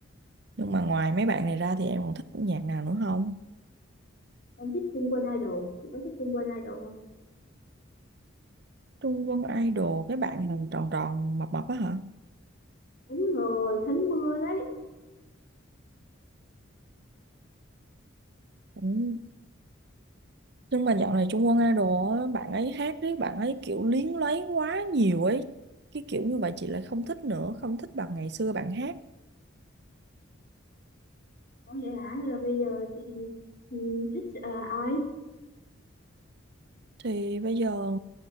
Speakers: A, on the right; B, on the left.
A: Nhưng mà ngoài mấy bạn này ra thì em còn thích nhạc nào nữa không?
B: Em thích Trung Quân Idol, chị có thích Trung Quân Idol không?
A: Trung Quân Idol cái bạn mà tròn tròn mập mập á hả?
B: Đúng rồi, Thánh Mưa đấy.
A: Ừ. Nhưng mà dạo này Trung Quân Idol á, bạn ấy hát đấy, bạn ấy kiểu luyến lấy quá nhiều ấy. Cái kiểu như vậy chị lại không thích nữa, không thích bằng ngày xưa bạn hát.
B: Ủa vậy hả? Là bây giờ chị ừ, thích à, ai?
A: Thì bây giờ